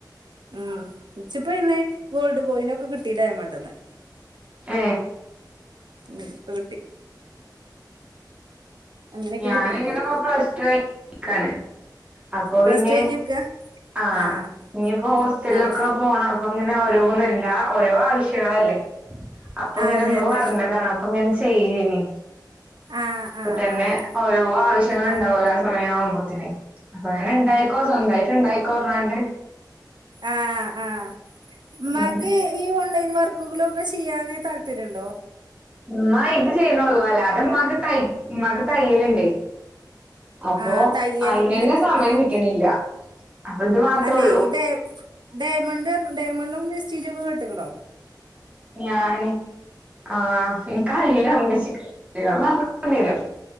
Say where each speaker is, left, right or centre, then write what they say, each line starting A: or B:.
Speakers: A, on the right; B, on the right.
A: ഉം ച്ചപ്പോ അയ്‌ന്ന് ഗോൾഡ് കോയിനൊക്കെ കിട്ടി ഡയമണ്ട്ന്ന്
B: ഏ
A: ഉം ഇപ്പൊ കിട്ടി അങ്ങനെയൊക്കെ
B: ഞാനിങ്ങനെ
A: കിട്ടുന്നുണ്ട്
B: പ്ലസ്ടു കഴിഞ്ഞു നിക്കാണ് അപ്പൊ
A: പ്ലസ്
B: പിന്നെ
A: ടു കഴിഞ്ഞക്കാ
B: ആഹ
A: ആഹ്
B: ഇനിപ്പോ ഹോസ്റ്റലിലൊക്കെ
A: ആഹ്
B: പോണം അപ്പൊ ഇങ്ങനെ ഓരോന്ന് ഇണ്ടാ- ഓരോ ആവശ്യങ്ങളല്ലേ അപ്പൊ ഇങ്ങനെമ്മ
A: അതെ അതെ
B: പറഞ്ഞതാണ് അപ്പൊ ഇങ്ങനെ ചെയ്യേനി
A: ആഹ് ആഹ്
B: പ്പൊ തന്നെ
A: ആഹ്
B: ഓരോ ആവശ്യങ്ങള്
A: ആഹ്
B: ഉണ്ടാവല്ലോ ആ സമയം ആവുമ്പോത്തിന് അപ്പൊ അങ്ങനെ ഇണ്ടായിക്കോ സ്വന്തായിട്ട് ഇണ്ടായിക്കൊ പർ ഞ്ഞാണ്ട്
A: ആ ആ മ്മാക്ക്
B: ഉം
A: ഈ ഓൺലൈൻ വർക്കുകള് ചെയ്യാന് താല്പര്യം ഉണ്ടോ
B: മ്മ ഇത് ചെയ്യ്ണോള്ളു അല്ലാതെ മ്മാക്ക് തയ്യല്ണ്ടേ അപ്പൊ
A: ആഹ് തയ്യൽന്റെ
B: അയിനന്നെ സമയം
A: ആഹ്
B: കിട്ടണില്ല അപ്പൊ ഇത് മാത്രേ
A: അല്ലെ
B: ഉള്ളൂ
A: ഈ ഡ ഡയമണ്ടും ഡയമണ്ടും വേസ്റ്റീജൊക്കെ കേട്ട് ക്ക്ണോ
B: ഞാന് ആ എനിക്കറിയില്ല. മ്മച്ചിക്കറീല്ല പറഞ്ഞോട്ക്കണ്ടി വരും